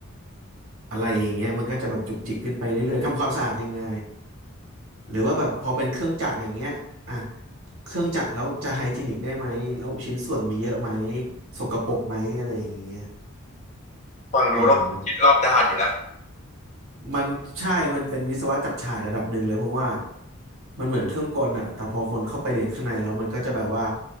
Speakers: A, on the right; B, on the left.
A: อะไรอย่างเงี้ยมันก็จะแบบจุกจิกขึ้นไปเรื่อยๆทำความสะอาดยังไงหรือว่าแบบพอเป็นเครื่องจักรอย่างเงี้ยอ่ะเครื่องจักรแล้วจะไฮจีนิกได้ไหมแล้วชิ้นส่วนมีเยอะไหมสกปรกไหมอะไรอย่างเงี้ย
B: ฟังดูต้องคิดรอบด้านอยู่นะ
A: เออมัน มันใช่มันเป็นวิศวะจับฉ่ายระดับหนึ่งเลยเพราะว่ามันเหมือนเครื่องกลอะแต่พอคนเข้าไปเรียนข้างในแล้วมันก็จะแบบว่า